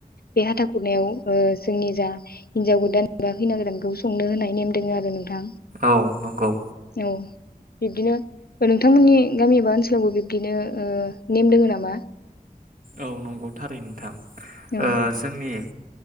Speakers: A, on the left; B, on the right.
A: बे हाथा खुरनायाव ओ जोंनि जा हिनजाव गोदान खैना गोदानखौ संनो होनाय नेम दङ आरो नोंथां
B: औ नंगौ
A: औ बिब्दिनो नोंथांमोननि गामि एबा ओनसोलावबो बिब्दिनो ओ नेम दोङो नामा
B: औ नंगौ थारै नोंथां
A: औ
B: ओ जोंनि